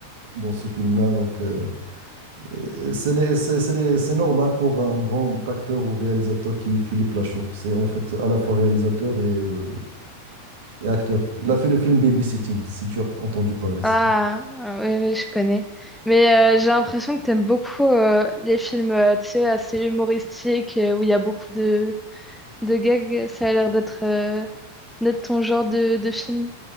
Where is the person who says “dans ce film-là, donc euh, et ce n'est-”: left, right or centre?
Right